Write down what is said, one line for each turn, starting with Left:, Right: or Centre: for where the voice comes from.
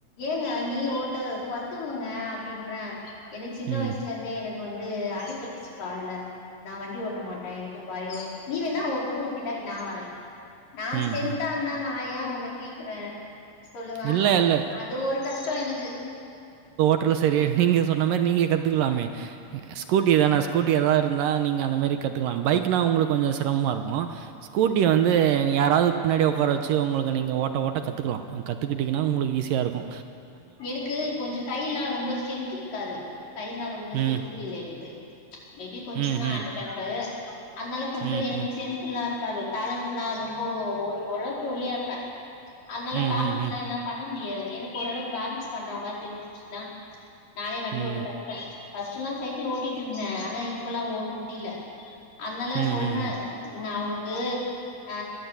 Left: ஏங்க நீ ஓட்ட கத்துக்குங்க அப்டின்ற எனக் சின்ன
Right: ம்.
Left: வயசுலிருந்தே எனக்கு வந்து அடிப்பட்டுச்சு கால்ல நா வண்டி ஓட்ட மாட் எனக்கு பயோ நீ வேணா ஓட்டு ஒ பின்னாடி நா வரே நா
Right: ம்ஹ்ம்.
Left: ஸ்ட்ரென்த்தா இருந்தா நா ஏ உன்ன கேக்கறே சொல்லுங்க
Right: இல்ல, இல்ல.
Left: அது ஒரு கஷ்டோ எனக்கு
Right: <unintelligible> செரியாயிட் நீங்க சொன்ன மாரி நீங்க கத்துக்கலாமே ஸ்கூட்டி தான ஸ்கூட்டி எதா இருந்தா நீங்க அந்தமேரி கத்துக்லா பைக்னா உங்குளுக் கொஞ்ச சிரமமா இருக்கு ஸ்கூட்டி வந்து நீங் யாராவது பின்னாடி உக்கார வெச்சு உங்குளுக்கு நீங்க ஓட்ட ஓட்ட கத்துக்லா கத்துக்கிட்டிங்கனா உங்குளுக் ஈஸியா இருக்கு
Left: எனக்கு கொஞ்ச கைல்லா ரொம்ப ஸ்ட்ரென்த் இருக்காது கைல்லா ரொம்ப ஸ்ட்ரென்த்
Right: ம்.
Left: இல்ல என்க்கு மேபி கொஞ்ச
Right: ம்ஹ்ம்.
Left: நா ஹேண்டிகேப்பு அத்னால கொஞ்ச
Right: ம்ஹ்ம்.
Left: எனக்கு ஸ்ட்ரென்தெல்லா இருக்காது பேலன்ஸ்ல்லா ரொம்ப ஓர் ஒரவுளக் ஒல்லியா இருப்பே அத்னால
Right: ம்ஹ்ஹ்ம்.
Left: பேலன்ஸ்ல்லா என்னால் பண்ண முடியாது எனக் ஓரளவுக் பேலன்ஸ் பண்ற மாரி தெரிஞ்சுச்சுனா நானே வண்டி
Right: ம்.
Left: ஓட்ட கத்துப்பே ஃபர்ஸ்டெல்லா சைக்கிள் ஓட்டிட்டிருந்தே ஆனா இப்பெல்லா ஓட்ட முடில அத்னால
Right: ம்ஹ்ம்.
Left: சொல்றே நா உனக்கு ஆ